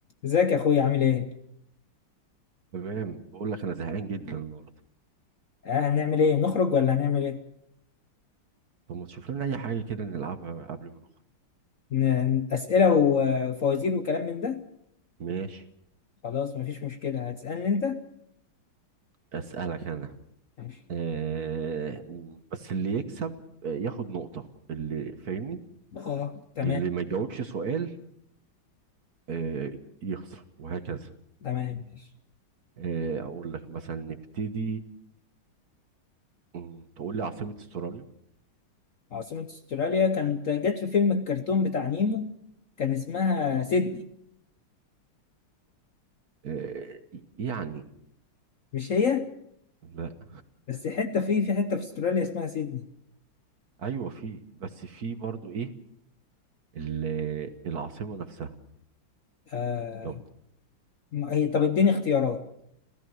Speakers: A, on the left; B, on the right.
A: ازيك يا اخويا عامل ايه؟
B: تمام بقول لك انا زهقان جدا النهارده
A: آه هنعمل ايه؟ نخرج ولا هنعمل ايه؟
B: طب ما تشوف لنا اي حاجه كده نلعبها قبل ما نخرج
A: ن- ن- اسئله و- وفوازير وكلام من ده؟
B: ماشي
A: خلاص مفيش مشكله هتسالني انت؟
B: اسالك انا
A: ماشي
B: آه م- بس اللي يكسب آه، ياخد نقطه اللي فاهمني
A: اه تمام
B: اللي ما يجاوبش سؤال آه يخسر وهكذا
A: تمام ماشي
B: آه اقول لك مثلا نبتدي م، تقول لي عاصمه استراليا
A: عاصمه استراليا كانت جت في فيلم الكرتون بتاع نيمو كان اسمها سيدني
B: آه ي- يعني
A: مش هي؟
B: لا <laughs>
A: بس حته في في حته في استراليا اسمها سيدني
B: ايوه في بس في برضو ايه ال- العاصمه نفسها
A: آه
B: لو
A: ما هي طب اديني اختيارات